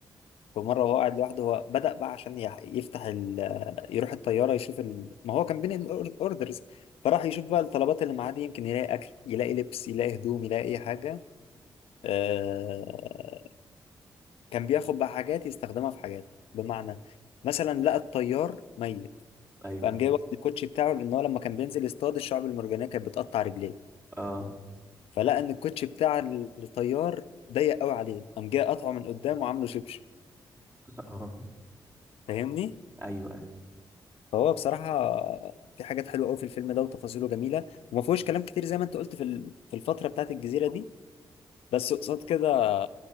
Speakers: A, on the left (about 80°); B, on the right (about 25°).
A: فمرة وهو قاعد لوحده هو بدأ بقى عشان يح- يفتح ال... يروح الطيارة يشوف ال... ما هو كان بين الأوردرز فراح يشوف بقى الطلبات اللي معاه دي يمكن يلاقي أكل يلاقي لبس يلاقي هدوم يلاقي أي حاجة آه... كان بياخد بقى حاجات يستخدمها في حاجات بمعنى مثلا لقى الطيار ميت
B: ايوه
A: فقام جاي واخد الكوتشي بتاعه لأن هو لما كان بينزل يصطاد الشعب المرجانية كانت بتقطع رجليه
B: اه
A: فلقى إن الكوتشي بتاع الطيار ضيق قوي عليه قام جاي قطعه من قدام وعامله شبشب
B: <laughs> اه
A: فاهمني؟
B: ايوه ايوه
A: فهو بصراحة في حاجات حلوة قوي في الفيلم ده وتفاصيله جميلة وما فيهوش كلام كتير زي ما انت قلت في ال- في الفترة بتاعت الجزيرة دي بس قصاد كده